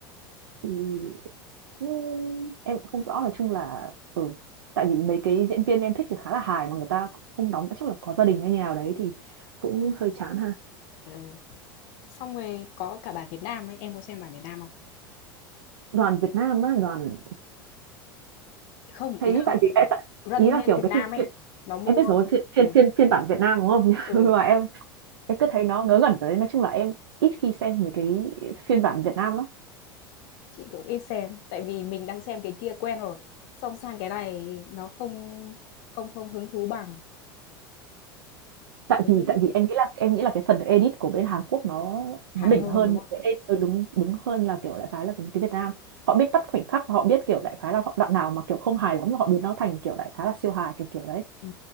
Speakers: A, on the right; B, on the left.
A: thì ừ, em cũng không rõ nói chung là ừ tại vì mấy cái diễn viên em thích thì khá là hài mà người ta cũng không đóng chắc là có gia đình hay như nào đấy thì cũng hơi chán ha
B: ừ. xong rồi có cả bản Việt Nam ấy em có xem bản Việt Nam không
A: đoàn Việt Nam á đoàn
B: không
A: thấy
B: ý là
A: tại vì tại,
B: Running
A: ý là
B: Man
A: kiểu
B: Việt
A: cái
B: Nam
A: phim
B: ấy nó mua
A: em biết rồi phiên phiên
B: ừ.
A: phiên phiên bản Việt Nam đúng không <laughs>
B: ừ
A: nhưng mà em em cứ thấy nó ngớ ngẩn đấy nói chung là em ít khi xem mấy cái phiên bản Việt Nam lắm
B: chị cũng ít xem tại vì mình đang xem cái kia quen rồi xong sang cái này nó không không không hứng thú bằng
A: tại
B: giống
A: vì
B: như
A: tại vì em nghĩ là em nghĩ là cái phần edit của bên Hàn Quốc nó
B: hài
A: nó đỉnh
B: hơn
A: hơn
B: đúng không
A: cái ed- ừ, đúng đúng hơn là kiểu đại khái là cái, cái Việt Nam họ biết bắt khoảnh khắc họ biết kiểu đại khái là họ đoạn nào mà kiểu không hài lắm họ biến nó thành kiểu đại khái là siêu hài kiểu kiểu đấy
B: ừ.